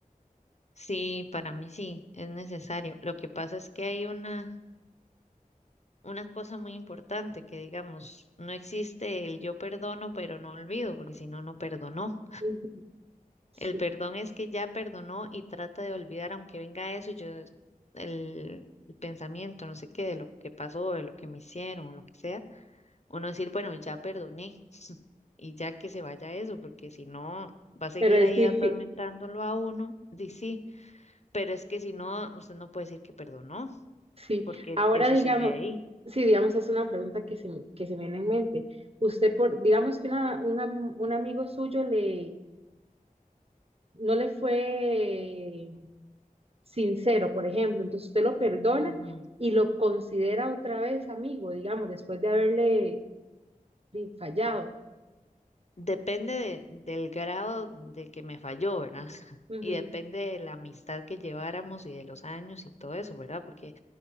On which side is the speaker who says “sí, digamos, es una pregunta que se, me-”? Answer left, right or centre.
Right